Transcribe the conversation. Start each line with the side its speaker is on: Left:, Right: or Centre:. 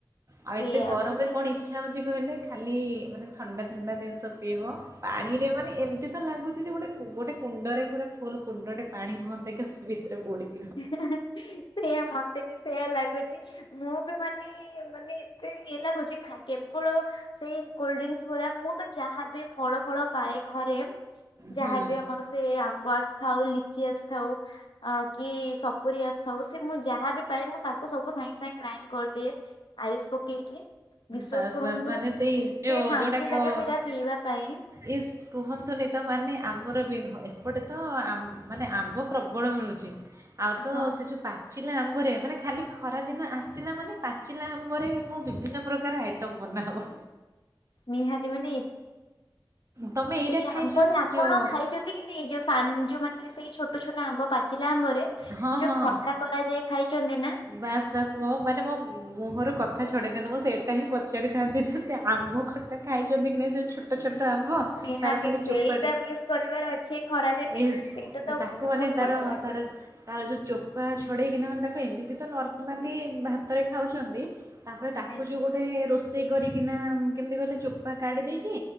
Right: ଆଉ
Left: ସେଇଆ
Right: ଏତେ ଗରମରେ
Left: ମାନେ
Right: କଣ ଇଛ ଇଚଛା ହଉଚି କହିଲେ ଖାଲି ମାନେ ଥଣ୍ଡା ଥଣ୍ଡା ଜିନିଷ ପିଇବ, ପାଣିରେ ମାନେ ଏମିତି ତ ଲାଗୁଚି ଯେ ଗୋଟେ ଗୋଟେ କୁଣ୍ଡରେ ଗୋଟେ ଫୁଲ୍ କୁଣ୍ଡଟେ ପାଣି ରୁହନ୍ତା କି ସେ ଭିତରେ ବୁଡ଼ିିକି
Left: ସେଇୟା ମତେ ବି ସେଇୟା ଲାଗୁଚି। ମୁଁ ବି ମାନେ ମାନେ ଏତେ ଇଏ ଲାଗୁଚି ଖା କେବଳ ସେଇ କୋଲଡ୍ରିଙ୍କସ ଭଳିଆ ମୁଁ ତ ଯାହାବି ଫଳ ଫଳ ପାଏ ଘରେ
Right: ହୁଁ
Left: ଯାହାବି ଆମର ସେ ଆମ୍ବ ଆସିଥାଉ, ଲିଚି ଆସିଥାଉ ଅ କି ସପୁରି ଆସିଥାଉ, ସେ ମୁଁ ଯାହା ବିି ପାଇବି ମୁଁ ତାକୁ ସବୁ ସାଙ୍ଗେ ସାଙ୍ଗେ ଗ୍ରାଇଣ୍ଡ କରିଦିଏ। ଆଇସ୍ ପକେଇ କି ବିଶ୍ଵାସ
Right: ବାସ୍
Left: କରନ୍ତୁ
Right: ବାସ୍ ମାନେ ସେଇ
Left: ଏତେ
Right: ଯୋଉ
Left: ଶାନ୍ତି
Right: ଯୋଉଟା କ
Left: ଲାଗେ ସେଇଟା ପିଇବା ପାଇଁ
Right: ଇସ୍ କୁହନ୍ତୁନି ତ ମାନେ ଆମର ବି ଏପଟେ ତ ଆ ମାନେ ଆମ୍ବ ପ୍ରବଳ ମିଳୁ ଚି। ଆଉ ତ
Left: ହଁ
Right: ସେ ଯୋଉ ପା ଚିଲା ଆମ୍ବରେ ମାନେ ଖାଲି ଖରାଦିନ ଆସିଲା ମାନେ ପାଚିଲା ଆମ୍ବରେ ମୁଁ ବିଭିନ୍ନ ପ୍ରକାର ଆଇଟମ୍ ବନା ହେବ।
Left: ନିହାତି ମାନେ ଏ
Right: ତମେ ଏଇଟା
Left: ସେଇ ଆମ୍ବରେ
Right: ଖାଇଛ ନା
Left: ଆପଣ
Right: ଯେଉଁ
Left: ଖାଇଚନ୍ତି କି ନାଇଁ ଯୋଉ ସାନ ଯୋଉ ମାନେ ସେଇ ଛୋଟ ଛୋଟ ଆମ୍ବ ପାଚିଲା ଆମ୍ବ ରେ
Right: ହଁ
Left: ଯୋଉ
Right: ହଁ
Left: ଖଟା
Right: ହଁ
Left: କରାଯାଏ ଖାଇଚନ୍ତି ନା?
Right: ବାସ୍ ବାସ୍ ମୋ ମାନେ ମୋ ମୁହଁରୁ କଥା କଥା ଛଡ଼େଇନେଲ। ମୁଁ ସେଇଟା ହିଁ ପଚାରିଥାନ୍ତି ଯେ ସେ ଆମ୍ବ ଖଟା ଖାଇଚନ୍ତି କି ନାଇ ସେ ଛୋଟ ଛୋଟ ଆମ୍ବ ଅ
Left: ନିହାତି
Right: ତାର ଖାଲି
Left: ସେଇଟା
Right: ଚୋପାଟା।
Left: ମିସ୍ କରିବାର ଅଛି ଖରାଦିନେ
Right: ଇସ
Left: ସେଇଟା ତ
Right: ତାକୁ
Left: ବହୁତ
Right: ମାନେ ତାର
Left: ବଢିଆ ଲାଗେ
Right: ତାର ତାର ଯଉଁ ଚୋପା ଛଡ଼େଇକିନା ମାନେ ତାକୁ ଏମିତି ତ ନର୍ମାଲି ଭାତରେ ଖାଉଚନ୍ତି। ତାପରେ ତାକୁ
Left: ଆଜ୍ଞା
Right: ଯେଉଁ ଗୋଟେ ରୋଷେଇ କରିକିନା କେମିତି କହିଲେ ଚୋପା କାଢ଼ି ଦେଇକି